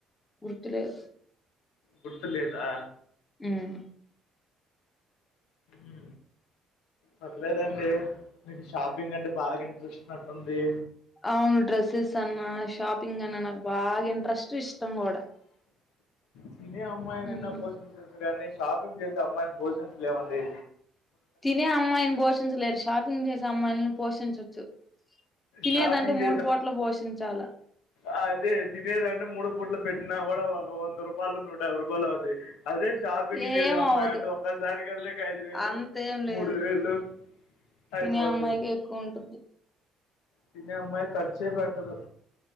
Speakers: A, on the left (about 25°); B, on the left (about 85°).
A: గుర్తులేదు
B: గుర్తులేదా
A: ఉమ్
B: ఉ పర్లేదండి మీకు షాపింగ్ అంటే బాగా ఇంట్రెస్ట్ ఉన్నట్టుంది
A: అవును డ్రెస్సెస్ అన్నా షాపింగ్ అన్నా నాకు బాగా ఇంట్రెస్ట్ ఇష్టం కూడా
B: తినే అమ్మాయినైన
A: ఉమ్
B: పోషించవచ్చ కానీ షాపింగ్ చేసే అమ్మాయిని పోషించలేవండి
A: తినే అమ్మాయిని పోషించలేరు షాపింగ్ చేసే అమ్మాయిని పోషించచ్చు తినేదంటే
B: షాపింగ్
A: మూడు పుట్ల పోషించాలా
B: ఆ అదే తినేదంటే మూడు పుట్ల పెట్టినా కూడా ఒక వంద రూపాయలు నూట యాభై రూపాయలు అవుతాయి అదే షాపింగ్
A: ఏం
B: చేసే అమ్మాయి
A: అవ్వదు
B: అంటే ఒక్కసారి గ వెళ్తే ఇక ఐదు వేలు
A: అంతేం లేదు
B: మూడు వేలు
A: తినే
B: అయిపోతాయి
A: అమ్మాయికే ఎక్కువ ఉంటుది
B: తినే అమ్మాయి ఖర్చే పెట్టదు